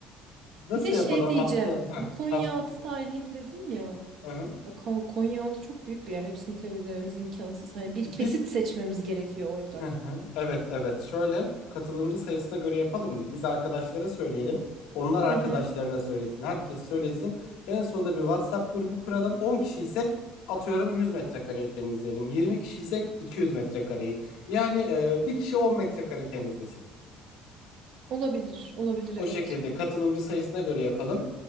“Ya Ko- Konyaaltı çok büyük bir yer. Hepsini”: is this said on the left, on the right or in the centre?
Right